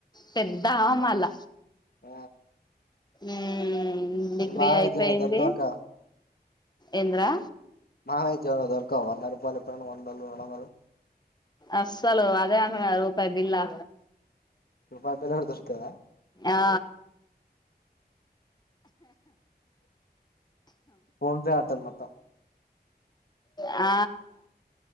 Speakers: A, on the left; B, on the left.
A: పెద్ద ఆమె మల్ల
B: ఆ
A: ఉమ్ డిగ్రీ
B: మామయ్య
A: అయిపొయింది
B: జేబులో దొరకవక్క
A: ఎంద్రా
B: ఆ ఉజ్జోగా దొర్కవ వంద రుపాలు పైన వందలు రొండొందలు
A: అస్సలు అదే అంటున్నా రూపాయి బిల్లా
B: రూపాయి బిల్ల గూడ దొరుకుతదా
A: ఆ
B: ఫోన్ చే అటన్ మొత్తం
A: ఆ